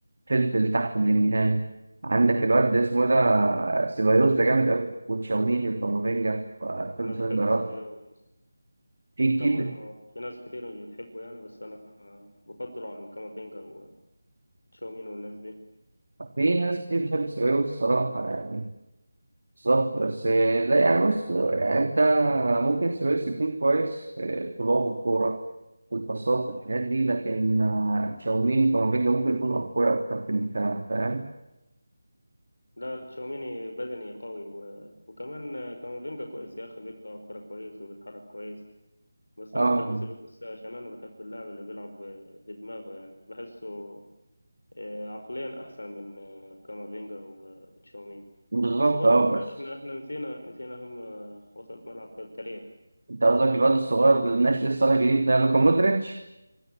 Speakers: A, on the right; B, on the left.
A: فلفل تحت بيلينجهام عندك الواد ده اسمه ده آه، سيبايوس ده جامد أوي وتشاوميني وكامافينجا في
B: أنا
A: الدفاع
B: بحب سيبايوس
A: في كتير
B: رغم إنه في ناس كتير مش بتحبه يعني بس أنا بفضله عن كامافينجا وتشاوميني والناس دي
A: في ناس كتير بتحب السبايوي الصراحة يعني بالظبط بس لا يعني بص يعني أنت ممكن السبايوي يكون كويس في في لعب الكورة والباصات والحاجات دي لكن آه، تشاوميني كامافينجا ممكن يكون أقوياء أكتر في الدفاع فاهم؟
B: لا تشاوميني بدني قوي و... وكمان آه، كامافينجا كويس يا أخي بيقطع كورة كويس وبيتحرك كويس بس أنا
A: أه
B: بحب سيبايوس عشان أنا بحب اللاعب اللي بيلعب ب- بدماغه يعني بحسه آه، عقليا أحسن من آه، كامافينجا و- وتشاوميني
A: بالظبط
B: بس برضو
A: أه
B: انت
A: بس
B: احنا احنا نسينا نسينا اهم وسط ملعب في التاريخ
A: أنت قصدك الواد الصغير اللي الناشئ لسه طالع جديد ده لوكا مودريتش